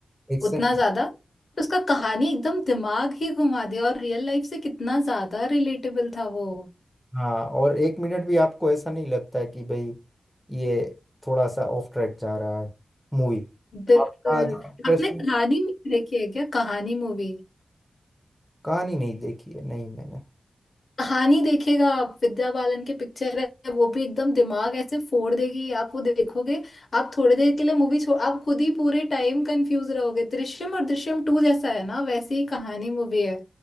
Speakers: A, in the centre; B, on the left (about 50°).
A: एक्शन
B: उतना ज्यादा तो उसका कहानी एकदम दिमाग ही घुमा दिया और रियल लाइफ से कितना ज्यादा रिलेटेबल था वो
A: हाँ और एक मिनट भी आपको ऐसा नहीं लगता है कि भाई ये थोड़ा सा ऑफ ट्रैक जा रहा है मूवी तो
B: बिल्कुल
A: आपका जो हाँ इंटरेस्ट
B: आपने कहानी मूवी देखी है क्या कहानी मूवी
A: कहानी नहीं देखी है नहीं मैंने
B: कहानी देखेगा आप विद्या बालन के पिक्चर है वो भी एकदम दिमाग ऐसे फोड़ देगी आप वो देखोगे आप थोड़ी देर के लिए मूवी छोड़ आप खुद ही पूरे टाइम कंफ्यूज रहोगे दृश्यम और दृश्यम टू जैसा है ना वैसे ही कहानी मूवी है